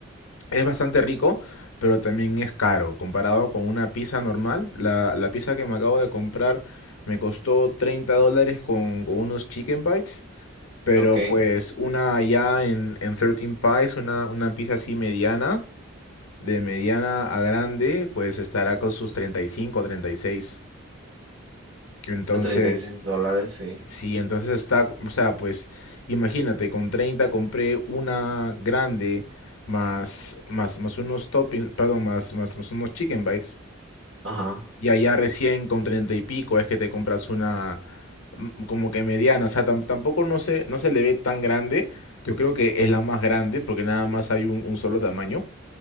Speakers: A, on the left (about 80°); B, on the right (about 65°).
A: es bastante rico, pero también es caro. Comparado con una pizza normal, la, la pizza que me acabo de comprar me costó 30 dólares con, con unos chicken bites, pero
B: Ok.
A: pues una allá en, en 13 Pies, una, una pizza así mediana, de mediana a grande, pues estará con sus treinta y cinco o treinta y seis Entonces,
B: A treinta y seis dólares, sí.
A: Sí, entonces está, o sea, pues imagínate, con 30 compré una grande más, más, más unos toppings, perdón, más, más, más unos chicken bites.
B: Ajá.
A: Y allá recién con 30 y pico es que te compras una mm, como que mediana, o sea, tam- tampoco no se, no se le ve tan grande. Yo creo que es la más grande porque nada más hay un, un solo tamaño.